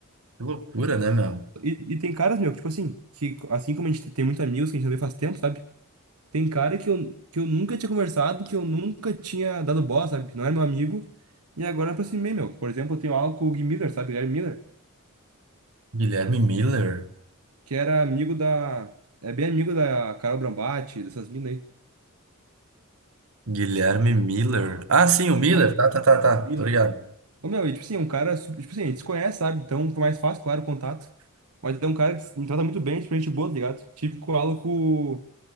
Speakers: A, on the right; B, on the right.
A: Que loucura, né, meu?
B: E, e tem caras, meu, que, tipo assim, que assim como a gente tem muitos amigos que a gente não vê faz tempo, sabe? Tem cara que eu, que eu nunca tinha conversado, que eu nunca tinha dado bola, sabe? Não era meu amigo. E agora eu aproximei, meu. Por exemplo, eu tenho aula com o Gui Miller, sabe? Guilherme Miller.
A: Guilherme Miller.
B: que era amigo da. É bem amigo da Carol Brambati, dessas minas aí.
A: Guilherme Miller. Ah, sim, o Miller.
B: Um
A: Tá, tá, tá,
B: alpina.
A: tá. Tô ligado.
B: Ô, meu, e tipo assim, um cara. super- Tipo assim, a gente se conhece, sabe? Então fica mais fácil, claro, o contato. Mas é um cara que me trata muito bem, tipo, gente boa, tá ligado? Tive com aula com,